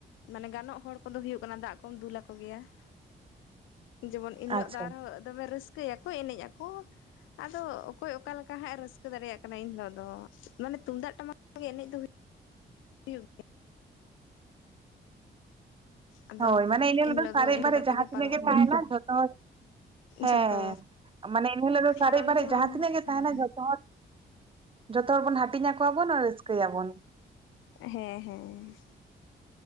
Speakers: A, on the left; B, on the right.
A: ᱢᱟᱱᱮ ᱜᱟᱱᱚᱜ ᱦᱚᱲ ᱠᱚᱫᱚ ᱦᱩᱭᱩᱜ ᱠᱟᱱᱟ ᱫᱟᱜ ᱠᱚᱢ ᱫᱩᱞ ᱟᱠᱚ ᱜᱮᱭᱟ ᱾ ᱡᱮᱢᱚᱱ ᱤᱱ ᱦᱤᱞᱚᱜ
B: ᱟᱪᱪᱷᱟ
A: ᱫᱚ ᱟᱨᱦᱚᱸ ᱫᱚᱢᱮ ᱨᱟᱹᱥᱠᱟᱹᱭᱟᱠᱚ ᱮᱱᱮᱡ ᱟᱠᱚ ᱾ ᱟᱫᱚ ᱚᱠᱚᱭ ᱚᱠᱟ ᱞᱮᱠᱟ ᱦᱟᱸᱜ ᱮ ᱨᱟᱹᱥᱠᱟᱹ ᱫᱟᱲᱮᱭᱟᱜ ᱠᱟᱱᱟ ᱤᱱ ᱦᱤᱞᱚᱜ ᱫᱚ ᱢᱟᱱᱮ ᱛᱩᱢᱫᱟᱜ ᱴᱟᱢᱟᱠ ᱜᱮ ᱮᱱᱮᱡ ᱫᱚ ᱦᱩᱭᱩᱜ ᱦᱩᱭᱩᱜ ᱜᱮᱭᱟ ᱾ ᱟᱫᱚ
B: ᱦᱳᱭ ᱢᱟᱱᱮ ᱤᱱᱟᱹ ᱦᱤᱞᱚᱜ
A: ᱮᱱᱦᱤᱞᱳᱜ
B: ᱫᱚ ᱥᱟᱨᱮᱡ
A: ᱤᱱᱠᱟᱹ
B: ᱵᱟᱨᱮᱡ
A: ᱠᱟᱛᱮ
B: ᱡᱟᱦᱟᱸ ᱛᱤᱱᱟᱹᱜ
A: ᱯᱟᱨᱚᱢᱚᱜ
B: ᱜᱮ
A: ᱜᱮᱭᱟ
B: ᱛᱟᱦᱮᱱᱟ ᱡᱚᱛᱚ ᱦᱚᱲ, ᱦᱮᱸ
A: ᱡᱷᱚᱛᱚ
B: ᱢᱟᱱᱮ ᱤᱱᱟᱹ ᱦᱤᱞᱚᱜ ᱫᱚ ᱥᱟᱨᱮᱡ
A: ᱟᱨ ᱚᱱᱮ
B: ᱵᱟᱨᱮᱡ
A: ᱡᱮᱢᱚᱱ
B: ᱡᱟᱦᱟᱸ ᱛᱤᱱᱟᱹᱜ ᱜᱮ
A: ᱦᱮᱸ
B: ᱛᱟᱦᱮᱱᱟ ᱡᱚᱛᱚ ᱦᱚᱲ ᱡᱚᱛᱚ ᱦᱚᱲ ᱵᱚᱱ ᱦᱟᱹᱴᱤᱧ ᱟᱠᱚᱣᱟᱵᱚᱱ ᱟᱨ ᱨᱟᱹᱥᱠᱟᱹᱭᱟᱵᱚᱱ ᱾
A: ᱦᱮᱸ ᱦᱮᱸ ᱾